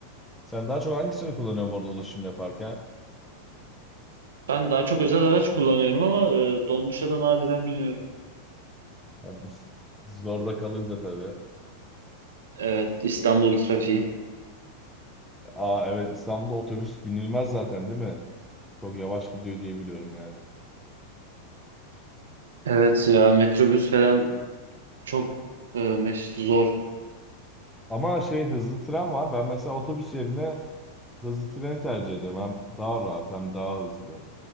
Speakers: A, in the centre; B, on the right.
A: Sen daha çok hangisini kullanıyorsun burada ulaşım yaparken?
B: Ben daha çok özel araç kullanıyorum ama e, dolmuşa da nadiren biniyorum.
A: Yani <laughs> zorda kalınca tabii.
B: Evet, İstanbul trafiği.
A: Aa evet İstanbul'da otobüs binilmez zaten değil mi? Çok yavaş gidiyor diye biliyorum yani.
B: Evet ya metrobüs falan çok e, meş- zor.
A: Ama şey hızlı tren var. Ben mesela otobüs yerine hızlı tren tercih ediyorum. Hem daha rahat hem daha hızlı.